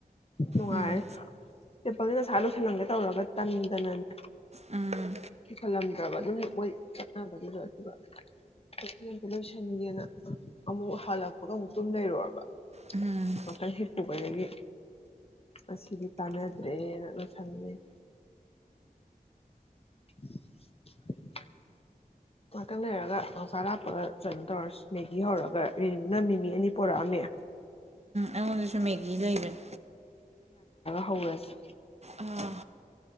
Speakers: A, on the left (about 40°); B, on the right (about 45°).
A: ꯅꯨꯡꯉꯥꯏꯔꯦ
B: ꯎꯝ
A: ꯇꯦꯄꯜꯗꯤ ꯆꯁꯂꯨ ꯊꯅꯝꯒꯦ ꯇꯧꯔꯒ ꯇꯟꯗꯅꯅꯦ
B: ꯎꯝ
A: ꯀ ꯀꯂꯝ ꯠꯇ꯭ꯔ ꯑꯗꯨꯝꯣꯏ ꯆꯠꯅꯕ ꯀꯁ ꯁꯤꯟꯒꯦꯅ ꯑꯃꯨꯛ ꯍꯜꯂꯛꯄꯒ ꯑꯃꯨꯛ ꯇꯨꯝ ꯂꯩꯔꯨꯔꯕ
B: ꯎꯝ
A: ꯉꯥꯛꯇꯪ ꯍꯤꯞ ꯄꯨꯨꯕꯗꯒꯤ ꯑꯁꯤꯗꯤ ꯀꯥꯟꯅꯗ꯭ꯔꯦ ꯂꯣꯏ ꯁꯜꯂꯤꯅꯦ <inaudible> ꯉꯍꯥꯛꯇꯪ ꯂꯩꯔꯒ ꯅꯥꯎꯆꯥ ꯂꯥꯞꯄꯒ ꯀꯩꯅꯣ ꯇꯧꯔꯁꯤ ꯃꯦꯒꯤ ꯍꯧꯔꯒ ꯔꯤꯅꯨꯅ ꯃꯤꯃꯤ ꯑꯅꯤ ꯄꯣꯔꯛꯑꯝꯃꯦ
B: ꯑꯩꯉꯣꯟꯗꯨꯁꯨ ꯃꯦꯒꯤ ꯂꯩꯕꯅꯤ
A: ꯍꯧꯔꯁꯦ
B: ꯑꯥ